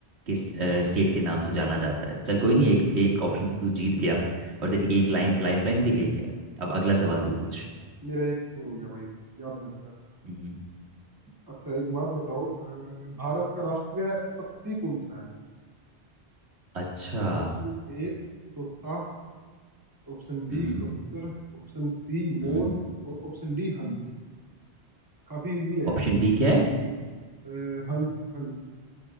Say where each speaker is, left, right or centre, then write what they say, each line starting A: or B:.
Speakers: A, on the right (about 90°); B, on the right (about 20°).
A: के
B: हम्म,
A: स्टेट के नाम से जाना जाता है चल कोई नहीं एक एक ऑप्शन तो तू जीत गया और
B: ठीक
A: तेरी
B: है
A: एक लाइन
B: मेरा
A: लाइफ लाइन भी गई है अब अगला
B: हाँ
A: सवाल तू पूछ
B: मेरा एक स्कोर हो गया भाई याद में रखा
A: हम्म।
B: अच्छा एक बात बताओ अ, भारत का राष्ट्रीय पक्षी कौन सा है
A: अच्छा
B: ऑप्शन ए तोता ऑप्शन बी
A: हम्म
B: कबूतर ऑप्शन सी
A: हम्म
B: मोर और ऑप्शन डी हंस काफी इजी है यार
A: ऑप्शन
B: देखा
A: डी क्या
B: कर
A: है
B: अ, हंस हंस